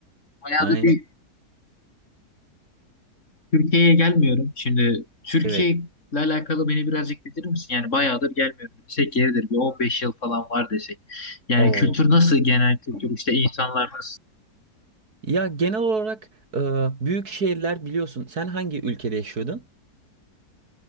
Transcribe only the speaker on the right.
Aynen.
Evet.
Oo.
Ya genel olarak e, büyük şehirler biliyorsun. Sen hangi ülkede yaşıyordun?